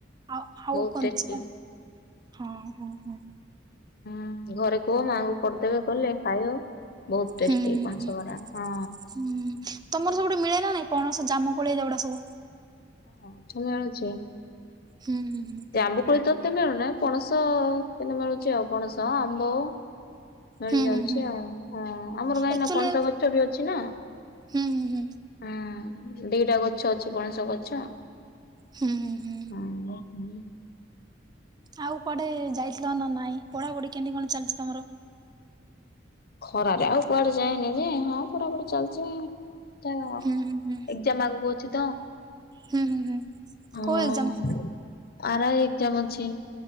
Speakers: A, on the right; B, on the left.
A: ଆଉ ଆଉ
B: ବହୁତ
A: କଞ୍ଚା
B: ଟେଷ୍ଟି।
A: ହଁ ହଁ ହଁ।
B: ହୁଁ ଘରେ କୁହ ମାଆଙ୍କୁ କରିଦେବେ କଲେ ଖାଇବ। ବହୁତ ଟେଷ୍ଟି
A: ହୁଁ ହୁଁ
B: ପଣସ
A: ହୁଁ।
B: ବରା ହଁ।
A: ହୁଁ ତମର ସେପଟେ ମିଳେ ନା ନାଇଁ ପଣସ ଜାମ କୋଳି ଏଇ ଯାକ ଗୁଡା ସବୁ?
B: ଅଁ ଛ ମିଳୁଚି।
A: ହୁଁ ହୁଁ ହୁଁ।
B: ଆମ୍ବ କୋଳି ତ ଏତେ ମିଳୁ ନାଇ ପଣସ କେନେ ମିଳୁଚି ଆଉ ପଣସ, ଆମ୍ବ ମେଳି
A: ହୁଁ
B: ଯାଉଛି
A: ହୁଁ ହୁଁ।
B: ଆଉ ହଁ ଆମର କାହିଁକିନା
A: ଆକ୍ଚୁଆଲି
B: ପଣସ ଗଛ ବି ଅଛି ନା।
A: ହୁଁ ହୁଁ ହୁଁ
B: ହୁଁ ଦିଟା ଗଛ ଅଛି ପଣସ ଗଛ।
A: ହୁଁ ହୁଁ ହୁଁ।
B: ହଁ ହୁଁ।
A: ଆଉ କୁଆଡେ ଯାଇଥିଲ ନା ନାଇଁ ପଢାପଢି କେମିତି କଣ ଚାଲଚି ତମର?
B: ଖରାରେ ଆଉ କୁଆଡେ ଯାଏନି ଯେ। ହଁ ପଢାପଢି ଚାଲିଚି <unintelligible>
A: ହୁଁ
B: ଏ
A: ହୁଁ ହୁଁ
B: ଜମା ଆଗକୁ ଅଛି ତ।
A: ହୁଁ ହୁଁ ହୁଁ
B: ହଁ
A: କୋଉ ଏଗଜାମ?
B: ଆର ଆଇ ଏଗଜାମ ଅଛି।